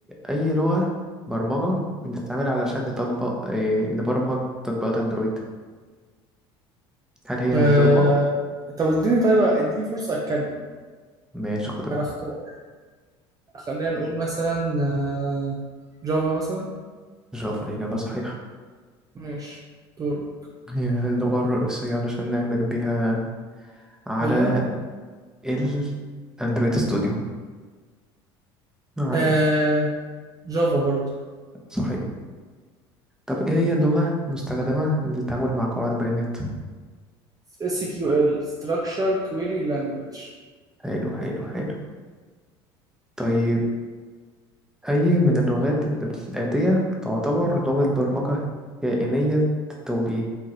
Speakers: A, in the centre; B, on the right.
A: اي لغة برمجة بنستعملها علشان نطبق إيه نبرمج تطبيقات اندرويد هل هي
B: آه.
A: جافا؟
B: طب اديني طيب اديني فرصه اتكلم
A: ماشي خد راحتك
B: انا اختار خلينا نقول مثلا آه، جافا مثلا
A: جافا إجابة صحيحة
B: ماشي دور
A: هي اللغة الرئيسية علشان نعمل بيها على
B: ايوه
A: الأندرويد ستوديو يعني
B: آه. جافا برضو
A: صحيح طب إيه هي اللغة المستخدمة للتعامل مع قواعد بيانات؟
B: اس كيو ال structure query language
A: حلو حلو حلو طيب أي من اللغات ال- الآتية تعتبر لغة برمجة كائنية التوجيه؟